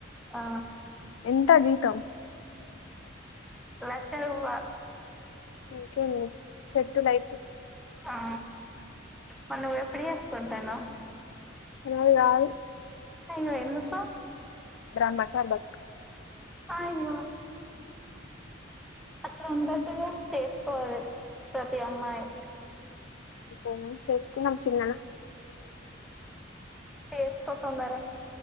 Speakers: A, in the centre; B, on the left.
A: ఆ
B: ఎంత జీతం
A: లక్ష రూపాయలు
B: ఇంకేమి సెట్ లైఫ్
A: ఆ మరి నువ్వు ఎప్పుడు చేసుకుంటనవ్
B: నువ్వు గాదు
A: అవునా ఎందుకు
B: బ్రహ్మచారి బతుకు
A: అయ్యో అట్లు ఉండద్దుగా చేసుకోవలీ ప్రతి అమ్మాయి
B: అంతేనా చేసుకున్నాం చిన్నగా
A: చేసుకో తొందరగా